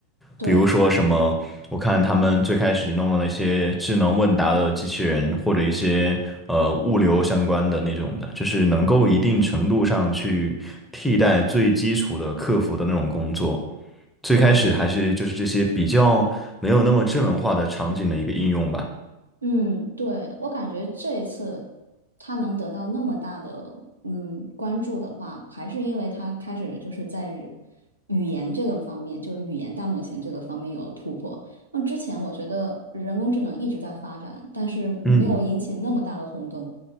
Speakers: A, on the right; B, in the centre.
A: 对。
B: 比如说什么，我看他们最开始弄的那些智能问答的机器人，或者一些呃物流相关的那种的，就是能够一定程度上去替代最基础的客服的那种工作。最开始还是就是这些比较没有那么智能化的场景的一个应用吧。
A: 对，嗯，对，我感觉这一次他能得到那么大的嗯关注的话，还是因为他开始就是在语语言这个方面，就语言大模型这个方面有了突破。那之前我觉得人工智能一直在发展，但是没有引起那么大的轰动。
B: 嗯